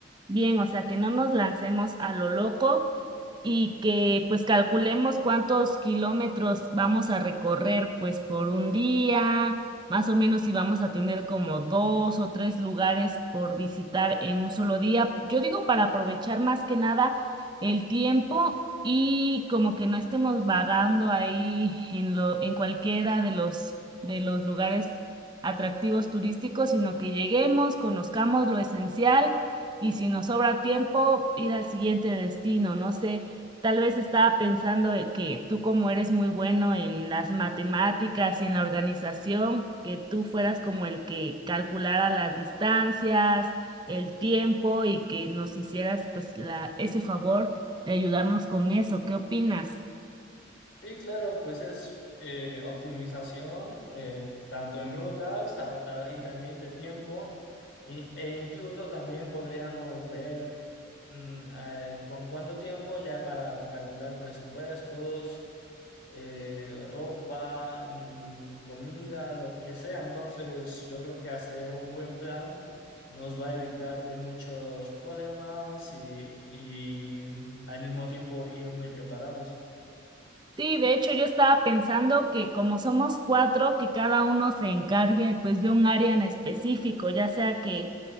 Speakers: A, on the right (about 25°); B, on the left (about 70°).
A: bien, o sea, que no nos lancemos a lo loco, y que pues calculemos cuántos kilómetros vamos a recorrer pues por un día, más o menos si vamos a tener como dos o tres lugares por visitar en un solo día. Yo digo para aprovechar más que nada el tiempo y como que no estemos vagando ahí en lo, en cualquiera de los de los lugares atractivos turísticos, sino que lleguemos, conozcamos lo esencial y si nos sobra tiempo, ir al siguiente destino. No sé, Tal vez estaba pensando en que tú como eres muy bueno en las matemáticas y en la organización, que tú fueras como el que calculara las distancias, el tiempo y que nos hicieras pues la, ese favor de ayudarnos con eso. ¿Qué opinas?
B: Y claro, pues es eh, optimización eh, tanto en rutas a tra- y también de tiempo. Y- e incluso también podríamos ver mm, eh, ¿con cuánto tiempo ya para calcular presupuestos, eh, ropa, mm, comida, lo que sea? Entonces, yo creo que hacer un buen plan nos va a evitar de muchos problemas y, y mm, al mismo tiempo ir muy preparados.
A: Sí, de hecho yo estaba pensando que como somos cuatro, que cada uno se encargue pues de un área en específico, ya sea que